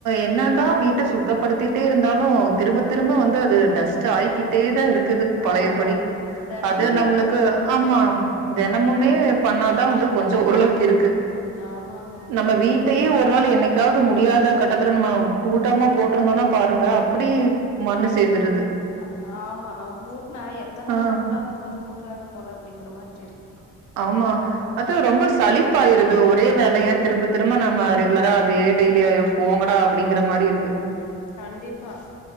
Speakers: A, on the right; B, on the left.
A: என்ன தா வீட்ட சுத்தப்படுத்திட்டே இருந்தாலு திரும்ப திரும்ப வந்து அது டஸ்ட் ஆய்க்கிட்டே தா இருக் க்குது பழையப்படி
B: ஆமா தெனமு
A: அது நம்ளுக்கு
B: பண்ணனு
A: ஆமா தெனமுமே பண்ணாதா வந்து கொஞ்சம் ஓரளவுக்கு இருக் கு
B: ஆமாங்க
A: நம்ம வீட்டையே ஒ ட்டுனாலு என்னைக் காவது முடியாத கட்டத்துல நம்ம கூட்டமா போட்ருந்தோனா பாருங்க அப்படியே மண்ணு சேந்துரு
B: ஆ ஆமா நம்ம கூட்னா எத்தன நாள்
A: ஆ.
B: கூட்டாம இருந்துட்டு கூட்டுறாங்க போல அப்டிங்கிற மாரி
A: ஆமா அதா ரொம்ப சலிப் ப்பாயுருது ஒரே வேலைய திரும்ப திரும்ப நம்ம ரெகுலரா அதே டெய்லியு ஐயோ போங்கடா அப்படிங்கிற மாரி இருக்கு
B: கண்டிப்பா